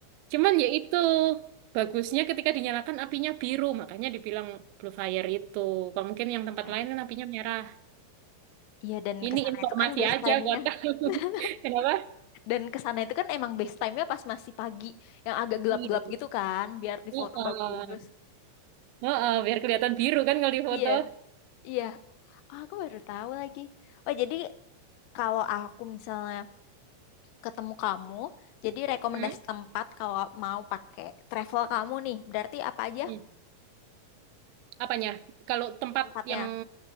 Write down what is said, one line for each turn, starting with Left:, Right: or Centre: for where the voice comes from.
Right: Cuman ya itu bagusnya ketika dinyalakan apinya biru, makanya dibilang blue fire itu. Kok mungkin yang tempat
Left: Ya.
Right: lain kan apinya merah.
Left: Iya dan
Right: Ini
Left: kesana
Right: informasi
Left: itu kan base
Right: aja
Left: time-nya.
Right: buat kamu.
Left: <laughs>
Right: <laughs> Kenapa?
Left: Dan kesana itu kan emang best time-nya pas masih pagi, yang agak gelap-gelap
Right: Iya.
Left: gitu kan, biar di
Right: Heeh.
Left: foto bagus.
Right: Oh, oh, biar kelihatan biru kan kalau di foto.
Left: Iya, iya. Ah, aku baru tahu lagi. Oh, jadi kalau aku misalnya ketemu kamu, jadi rekomendasi
Right: Hmm?
Left: tempat kalau mau pakai travel kamu nih, berarti apa aja
Right: Hmm. Apanya? Kalau tempat
Left: tempatnya?
Right: yang